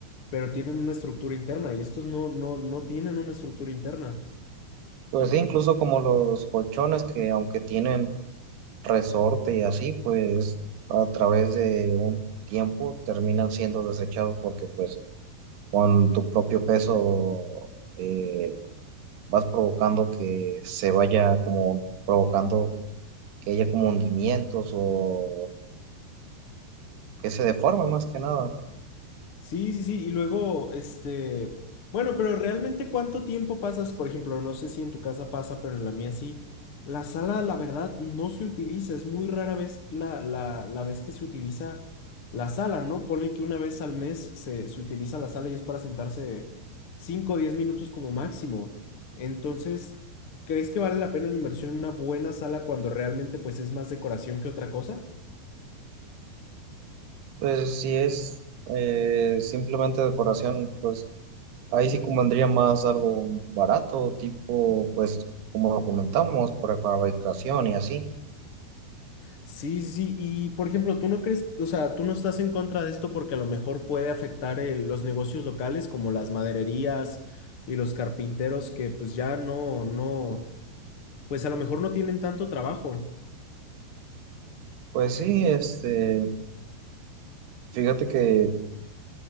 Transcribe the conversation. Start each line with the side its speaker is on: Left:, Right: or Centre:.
Left: pero tienen una estructura interna y estos no, no, no tienen una estructura interna.
Right: Pues sí, incluso como los colchones que aunque tienen resorte y así, pues a través de un tiempo terminan siendo desechados porque pues con tu propio peso eh, vas provocando que se vaya como provocando que haya como hundimientos o que se deforme más que nada.
Left: Sí, sí, sí, y luego, este, bueno, pero realmente cuánto tiempo pasas, por ejemplo, no sé si en tu casa pasa, pero en la mía sí, la sala, la verdad, no se utiliza, es muy rara vez la, la, la vez que se utiliza la sala, ¿no? Ponle que una vez al mes se, se utiliza la sala y es para sentarse 5 o 10 minutos como máximo. Entonces, ¿crees que vale la pena la inversión en una buena sala cuando realmente pues es más decoración que otra cosa?
Right: Pues si es eh, simplemente decoración, pues ahí sí convendría más algo barato, tipo, pues como lo comentamos, por fabricación y así.
Left: Sí, sí, sí, y por ejemplo, ¿tú no crees, o sea, tú no estás en contra de esto porque a lo mejor puede afectar el- los negocios locales como las madererías y los carpinteros que pues ya no, no, pues a lo mejor no tienen tanto trabajo.
Right: Pues sí, este, fíjate que